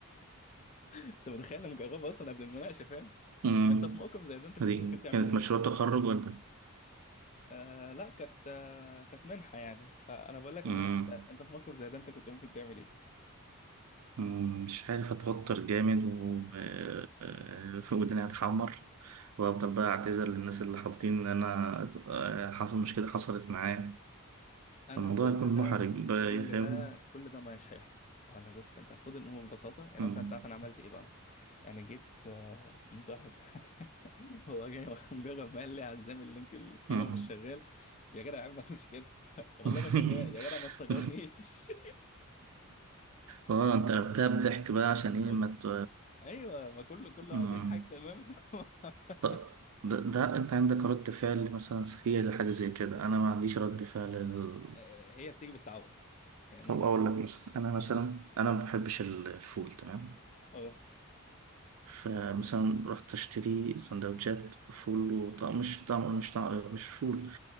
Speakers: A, on the left; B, on the right.
A: <laughs> انت متخيل انا مجربها اصلا قبل المناقشه فاهم
B: مم.
A: انت في موقف زي ده انت كنت
B: دي
A: ممكن تعمل
B: كانت
A: ايه
B: مشروع تخرج ولا إيه؟
A: آه لا كانت آه كانت منحه يعني فانا بقول لك عموما
B: مم.
A: انت انت في موقف زي ده انت كنت ممكن تعمل ايه
B: مم. مش عارف اتوتر جامد و آه، آه، ودني هتحمر وافضل بقى اعتذر للناس اللي حاطين ان انا آه، حصل مشكله حصلت معايا
A: انا
B: الموضوع
A: كل
B: يكون
A: ده
B: محرج بقى
A: كل
B: إيه، فاهم
A: ده كل ده مش هيحصل اقول لك بص انت خد الامور ببساطه يعني
B: مم.
A: مثلا انت عارف انا عملت ايه بقى انا جيت آه متأخر <laughs> هو جاي مجرد ما قال لي عزام اللينك الكيبر
B: اه
A: مش شغال يا جدع يا عم ما تقولش كده <laughs> والله
B: <laughs>
A: ما شغال يا جدع ما تصغرنيش
B: اه انت قلبتها بضحك بقى عشان
A: <laughs> أوكي.
B: ايه ما ت...
A: ايوه ما كله كله
B: آه.
A: قاعد يضحك تمام <laughs>
B: طب ده, ده انت عندك رد فعل مثلا سخية لحاجة زي كده انا ما عنديش رد فعل ال...
A: آه، هي بتيجي بالتعود فاهمني؟
B: طب اقول لك مثلا انا مثلا
A: مم.
B: انا ما بحبش ال- الفول تمام
A: اه
B: فمثلا رحت اشتري سندوتشات فول وطعم مش طعم مش طعم مش فول